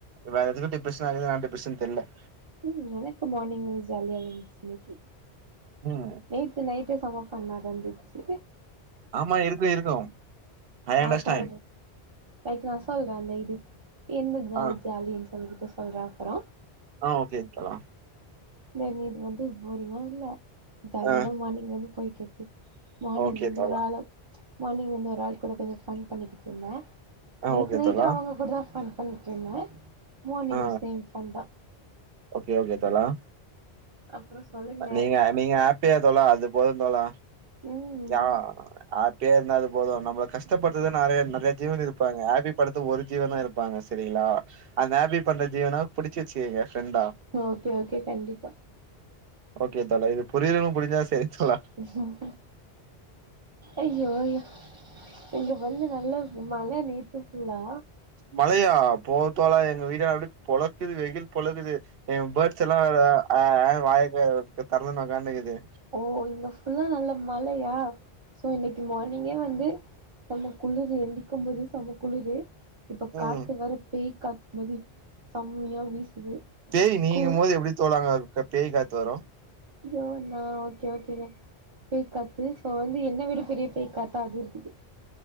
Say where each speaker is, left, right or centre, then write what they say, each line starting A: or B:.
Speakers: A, on the right; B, on the right.
A: வேற எதுக்கு டிப்ரஷன் ஆகுது நான் டிப்ரஷன் தெர்ல
B: ம் எனக்கு மார்னிங் ஜாலியா இருந்துச்சு இன்னைக்கி
A: ம்
B: நேத்து நை ட்டு சம ஃபன்னாதா இருந்துச்சு
A: ஆமா இருக்கு இருக்கு ஐ
B: நான்
A: அண்டர்ஸ்டாண்ட்
B: சொல்ற எதுக்கு நா சொல்ற அந்த இது இர்ந்ததுனால
A: ஆ
B: ஜாலின் உங்ககிட்ட சொல்ற அப்புறோ
A: ஆ ஓகே ஓகேதா
B: தென் இது வந்து போரிங்கா இல்ல ஜாலியாதான்
A: ஆ
B: மார்னிங்ல இருந்து போய்ட்ருக்கு மார்னிங்ல
A: ஓகே
B: இருந்து
A: தோழா
B: ஒரு ஆளு மார்னிங் வந்து ஒரு ஆளு கூட கொஞ்சோ ஃபன் பண்ணிகிட்டிருந்த
A: ஆ
B: நேத்து
A: ஓகே
B: நைட்
A: தோழா
B: அவங்க கூடதா ஃபன் பண்ணிட்ருந்த மார்னிங்கு
A: ஆ
B: சேம் ஃபன்தா
A: ஓகே ஓகே தோழா
B: அப்புறோ சொல்லுங்க
A: நீங்க நீங்க ஹாப்பியா தோழா அதுபோது தோழா
B: ம்
A: யா ஹாப் பியா இருந்தா அதுபோது நம்மள கஷ்டப்படுத்துதா நெறைய நெறைய ஜீவன் இருப்பாங்க ஹாப்பி படுற ஒரு ஜீவன்தா இருப்பாங்க சரிங்ளா அந்த ஹாப்பி பண்ற ஜீவன புடிச்சு வச்சுக்கிங்க ஃப்ரெண்டா
B: ஓகே ஓகே கண்டிப்பா
A: ஓகே தோழா இது புரிறவ்ங்க புரிஞ்சா சரி தோழா
B: ம் ஐயோ ஐயோ இங்க வந்து நல்லா மழ நேத்து ஃபுல்லா
A: மழையா போத்தோழா எங்க வீட்லா அப்டி பொழக்குது வெயில் பொழக்குது எங்க பேர்ட்ஸெல்லா வேற ஆ ஆன்னு வாய தெற தெறந்துன் ஒக்காந்துக்குது
B: ஓ இங்க ஃபுல்லா நல்ல மழையா சோ இன்னைக்கு மார்னிங்கே வந்து சம குளிரு எந்திக்கும்போதே சம குளுரு இப்ப காத்து
A: ம்
B: வேற பேய் காத்துமாரி சம்மையா வீசுது
A: பேய் நீங்கிருக்மோது
B: கூ
A: எப்டி தோழா அங்க க பேய் காத்து வரு
B: ஐயோ நா ஓகே ஓகேங்க பேய் காத்து சோ வந்து என்ன விட பெரிய பேய்க்காத்த அது இருக்குது